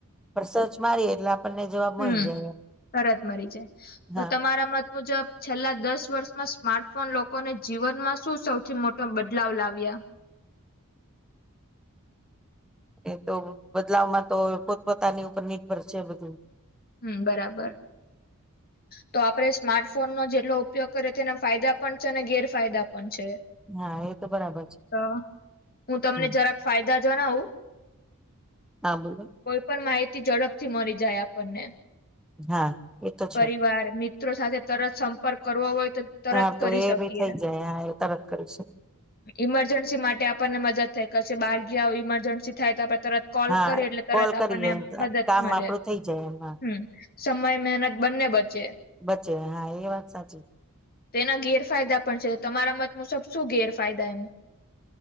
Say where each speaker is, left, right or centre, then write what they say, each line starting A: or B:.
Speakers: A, in the centre; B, on the left.
A: પર સર્ચ મારીએ એટલે આપણને જવાબ
B: હમ
A: મળી જાય
B: તરત મરી જાય તો
A: હા
B: તમારા મ મુજબ છેલ્લા દસ વર્ષમાં સ્માર્ટફોન લોકોને જીવનમાં શું સૌથી મોટો બદલાવ લાવ્યો <unintelligible> <inaudible>
A: એતો બદલાવમાં તો પોતપોતાની ઉપર નિર્ભર છે બધું.
B: હમ બરાબર. તો આપડે સ્માર્ટફોનનો જેટલો ઉપયોગ કરીએ તેના ફાયદા પણ છે અને ગેરફાયદા પણ છે.
A: હા એ તો બરાબર છે
B: ત હું તમને
A: હમ,
B: જરાક ફાયદા જણાવું
A: હા બોલો
B: કોઈ પણ માહિતી ઝડપથી મળી જાય આપણને
A: હા. એ તો છે
B: પરિવાર મિત્રો સાથે તરત સંપર્ક કરવો હોય તો તરત
A: હા તો
B: કરી
A: એ
B: શકીએ
A: ભી થઈ જાય <unintelligible> તરત કરીશું.
B: ઈમરજન્સી માટે આપણને મદદ થાય કશે બાર ગ્યા હોય ઈમરજન્સી થાય તો આપ તરત કોલ
A: હા
B: કરીએ એટલે તરત
A: કોલ
B: આપણને
A: કરીએ એટલે
B: મદદ
A: કામ
B: મલે
A: આપડું થઈ જાય એમાં
B: હમ. સમય મહેનત બંને બચે.
A: બચે હા એ વાત સાચી.
B: તેના ગેરફાયદા પણ છે તમારા મત મુજબ શું ગેરફાયદા એમ